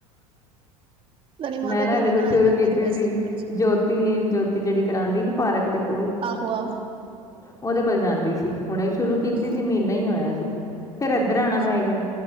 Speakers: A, on the right; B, on the left.
A: ਸਾਡੀ ਮਾਤਾ
B: ਮੈਂ ਨਾ
A: ਕਹਿ
B: ਇਹਦੇ
A: ਰਹੀ
B: ਕੋਲ ਸ਼ੁਰੂ
A: ਯੋਗਾ
B: ਕੀਤੀ
A: ਦਿਵਸ
B: ਸੀ
A: ਏ, ਮੈਂ ਕਿਹਾ ਅੱਛਾ
B: ਜੋਤ ਤੀ ਜੋਤੀ ਜਿਹੜੀ ਕਰਾਉਂਦੀ ਨੀ ਪਾਰਕ ਦੇ ਕੋਲ
A: ਆਹੋ ਆਹੋ
B: ਉਹਦੇ ਕੋਲ ਜਾਂਦੀ ਸੀ। ਹੁਣੇ ਹੀ ਸ਼ੁਰੂ ਕੀਤੀ
A: ਹਾਂ
B: ਸੀ ਮਹੀਨਾ ਹੀ ਹੋਇਆ ਸੀ। ਫੇਰ ਇੱਧਰ ਆਉਣਾ
A: ਅੱਛਾ
B: ਪੈ ਗਿਆ